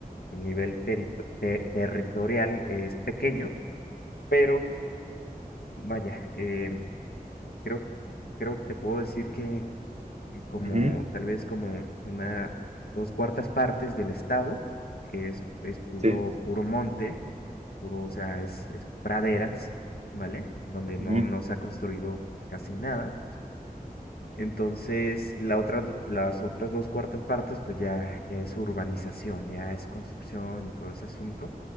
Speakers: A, on the left (about 85°); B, on the right (about 45°).
A: en nivel terito- te- territorial es pequeño, pero vaya, eh, Creo, creo que te puedo decir que eh, como
B: ujú,
A: tal vez como una dos cuartas partes del estado es, es puro,
B: Sí,
A: puro monte, puro, o sea, es, es praderas, ¿vale? Donde no,
B: ujú.
A: no se ha construido casi nada. Entonces, la otra, do- las otras dos cuartas partes, pues ya, ya es urbanización, ya es construcción y todo ese asunto.